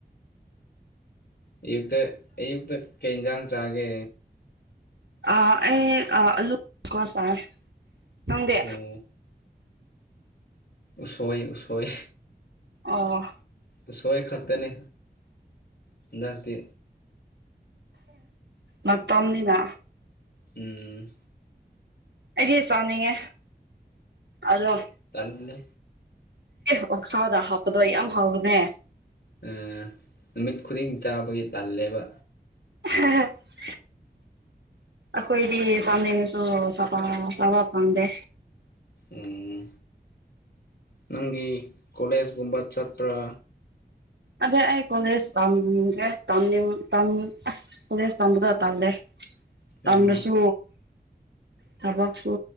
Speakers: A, on the left; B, on the right.
A: ꯑꯌꯨꯛꯇ ꯑꯌꯨꯛꯇ ꯀꯩ ꯑꯦꯟꯖꯥꯡ ꯆꯥꯒꯦ
B: ꯑꯥ ꯑꯩ ꯑ ꯑꯂꯨ ꯀꯥ ꯆꯥꯔꯦ ꯅꯪꯗꯤ
A: ꯑꯣ ꯎꯁꯣꯏ ꯎꯁꯣꯏ
B: ꯑꯣ
A: ꯎꯁꯣꯏ ꯈꯛꯇꯅꯤ ꯍꯟ ꯗꯛꯇꯤ
B: ꯑꯦ ꯇꯝꯅꯤꯅꯥ
A: ꯎꯝ
B: ꯑꯩꯗꯤ ꯆꯥꯅꯤꯡꯉꯦ ꯑꯗꯣ
A: ꯇꯟꯂꯤ
B: ꯑꯦ ꯑꯣꯛꯁꯥꯥꯗ ꯍꯥꯞꯄꯗꯣ ꯌꯥꯝ ꯍꯥꯎꯕꯅꯦ
A: ꯑꯝ ꯅꯨꯃꯤꯠ ꯈꯨꯗꯤꯡ ꯆꯥꯕꯒꯤ ꯇꯜꯂꯦꯕ
B: <unintelligible> ꯑꯈꯣꯏꯗꯤ ꯆꯥꯟꯅꯤꯡꯉꯁꯨ ꯆꯥꯕ ꯆꯥꯕ ꯐꯪꯗꯦ
A: ꯎꯝ ꯅꯪꯗꯤ ꯀꯣꯂꯦꯖꯀꯨꯝꯕ ꯆꯠꯄ꯭ꯔꯥ
B: ꯑꯗꯣ ꯑꯩ ꯀꯣꯂꯦꯖ ꯇꯝꯒꯦ ꯇꯝꯅꯤꯡ ꯇꯝꯅꯤꯡ ꯑꯁ ꯀꯣꯂꯦꯖ ꯇꯝꯕꯗꯣ ꯇꯜꯂꯦ
A: ꯎꯝ
B: ꯇꯝꯔꯁꯨ ꯊꯕꯛꯁꯨ